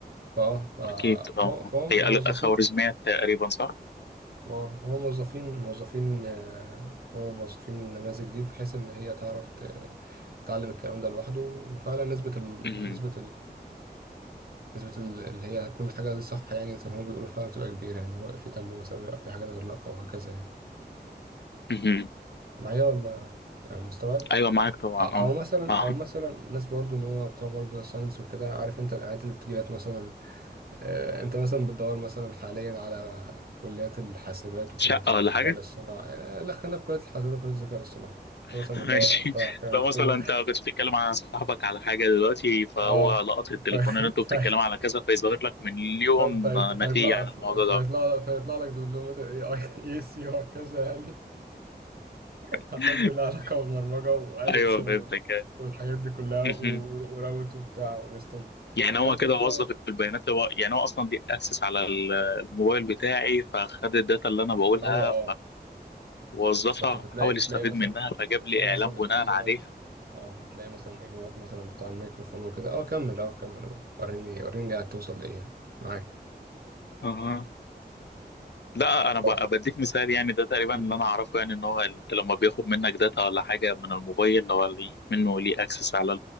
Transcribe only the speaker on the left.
اكيد اه
هي ال- خوارزميات تقريبا صح؟
مهم.
مهم.
ايوه معاك طبعا
اه
اه
شقة
ولا حاجة؟
<laughs>
ماشي
لو
مثلا انت كنت بتتكلم عن صاحبك على حاجة دلوقتي فهو
لقط التليفون
ان انتوا بتتكلموا
على كذا فيظهر لك مليون
آه،
نتيجة عن
الموضوع
ده
<laughs>
ايوه
فهمتك
مهم.
يعني
هو
كده
وظف البيانات هو يعني هو اصلا دي اكسس على ال- الموبايل بتاعي فخد الداتا اللي انا بقولها
فوظفها
حاول
يستفيد
منها فجاب
لي
اعلان بناء
عليها
اها لا انا
ب- بديك مثال يعني ده تقريبا
اللي انا اعرفه يعني ان هو انت لما بياخد منك داتا ولا حاجه من الموبايل هو ليه- منه ليه اكسس على